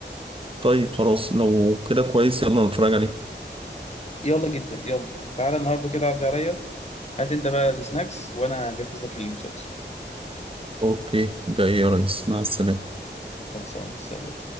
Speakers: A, on the right; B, on the left.
A: طيب خلاص لو كده كويس يلا نتفرج عليه
B: يلا جدا يلا تعالى النهارده كده عدي عليا هات انت بقى السناكس وانا اجهز لك المسلسل
A: اوكي جاي يا ريس مع السلامه
B: خلصان سلام